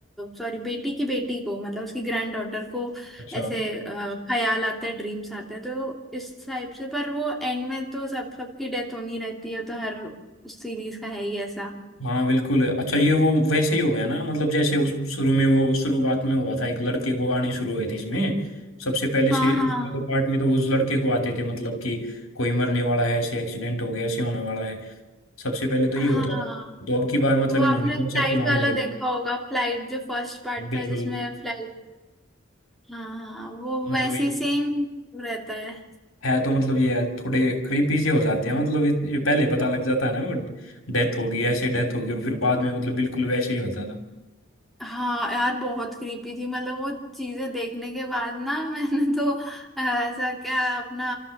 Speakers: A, in the centre; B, on the left.
A: सॉरी बेटी की बेटी को मतलब उसकी ग्रैंड डॉटर को
B: अच्छा
A: ऐसे अ, ख्याल आते हैं ड्रीम्स आते हैं तो इस टाइप से पर वो एंड में तो सब सबकी डेथ होनी रहती है तो हर सीरीज का है ही ऐसा
B: हाँ बिल्कुल अच्छा ये वो वैसे ही हो गया ना मतलब जैसे उस शुरू में वो शुरुआत में हुआ था एक लड़के को आने शुरू हुए थे इसमें सबसे पहले
A: हाँ
B: से
A: हाँ
B: उसमें तो पार्ट में तो उस लड़के को आते थे मतलब कि कोई मरने वाला है ऐसे एक्सीडेंट हो गया ऐसे होने वाला है सबसे पहले तो ये
A: हाँ
B: होता था तो अब की बार मतलब
A: वो आपने
B: इन्होंने कॉन्सेप्ट
A: फ्लाइट
B: वहां
A: वाला
B: ले
A: देखा
B: गए।
A: होगा फ्लाइट जो फर्स्ट पार्ट
B: बिल्कुल
A: था जिसमें फ्लाइट हाँ हाँ वो
B: मतलब
A: वैसी
B: ये
A: सेम रहता है
B: है तो मतलब ये है, थोड़े क्रीपी से हो जाते हैं मतलब ये ये पहले पता लग जाता है ना वो डेथ होगी ऐसे डेथ होगी और फिर बाद में मतलब बिल्कुल वैसे ही होता था
A: हाँ यार बहुत क्रीपी थी मतलब वो चीजें देखने के बाद ना <laughs> मैंने तो अ, ऐसा क्या अपना